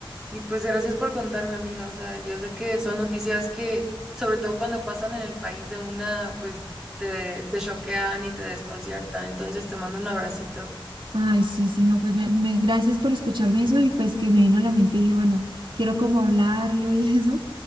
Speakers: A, in the centre; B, on the right.
A: Y pues gracias por contarme, amiga. O sea, yo sé que son noticias que, sobre todo cuando pasan en el país de una, pues te, te choquean y te desconciertan. Entonces te mando un abracito.
B: Ay, sí, sí, no, pues me, me- gracias por escucharme eso y pues que me vino a la mente y dije, bueno, quiero como hablarlo y <laughs> eso